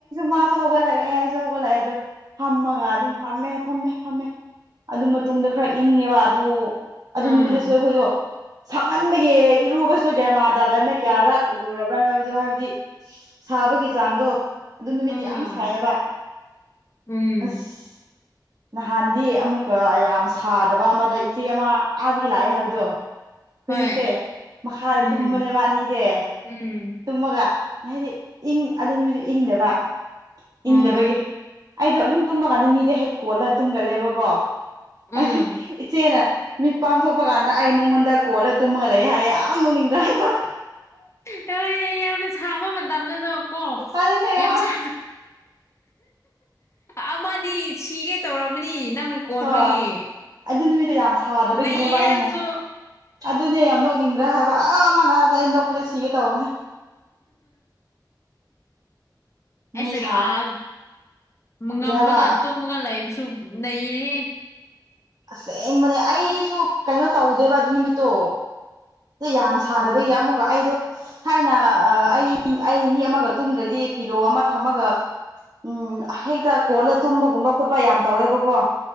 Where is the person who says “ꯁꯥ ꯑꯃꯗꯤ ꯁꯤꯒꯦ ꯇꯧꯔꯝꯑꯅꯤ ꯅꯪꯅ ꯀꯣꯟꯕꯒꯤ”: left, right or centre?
Left